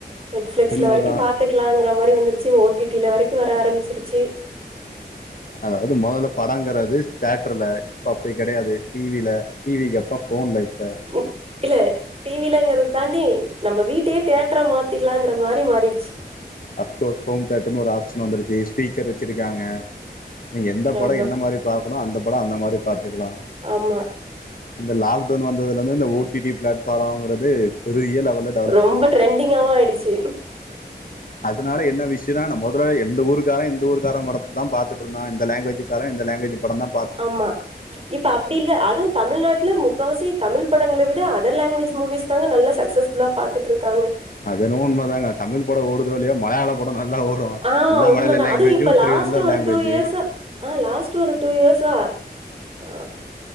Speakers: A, on the right; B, on the left.
A: நெட்ஃபிளிக்ஸ்ல
B: உண்மை
A: வரைக்கு
B: தான்
A: பாத் துக்லாங்குற மாரி வந்துருச்சி ஓ டி டி ல வரைக்கு வர ஆரம்பிச்சிடுச்சி
B: அதாவது மொதல்ல படங்குறது தேட்ருல இப்ப அப்டி கெடையாது டி வி ல டி வி க் அப்றோ ஃபோன் தா இப்ப
A: ம் இல்ல டி வி லைங்றத தாண்டி நம்ம வீட்டயே தேட்ரா மாத் திங்லாங்குற மாரி மாறிடுச்சி
B: அப்கோர்ஸ் ஹோம் தேட்ருனு ஒரு ஆப்ஷன் வந்துருச்சி ஸ்பீக்கர் வச்சிருக்காங்க நீ எந்த படோ
A: ஆமா
B: என்ன மாரி பாக்கணு அந்த படோ அந்த மாரி பாத்துக்குலா
A: ஆமா
B: இந்த லாக்டவுன் வந்ததுலந்து இந்த ஓ டி டி பிளாட்பாலோங்குறது பெரிய லெவல
A: ரொம்ப ட்ரெண்டிங்காவும் ஆயிடுச்சு
B: அதனால என்ன விஷயன்னா மொதல்ல எந்த ஊர்க்காரன் எந்த ஊர்காரன். படத்ததான் பாத்தூட்டு இருந்தான் இந்த லாங்குவேஜு கார இந்த லாங்குவஜு படந்தா
A: ஆமா இப்ப அப் ப்படில்ல அதும் தமிழ்நாட்ல முக்காவாசி தமிழ் படங்கல விட அதர் லாங்குவஜ் மூவிஸ் தாங்க நல்ல சக்சஸ் ஃபுல்லா பாத்துட்டுருக்காங்க
B: அதுன்னவோ உண்மை தாங்க தமிழ் படம் ஒடூதோ இல்லயோ மலையாள ட நல்லா ஓடும்
A: ஆ
B: எல்லா
A: உண்மதான்.
B: மலையாள லாங்குவேஜு
A: அதுவும் இப்ப
B: திருவள்ளர்
A: லாஸ்ட் ஒரு
B: லாங்குவேஜ்
A: இயர்ஸா ஆ லாஸ்ட் ஒரு டூ இயர்ஸா அ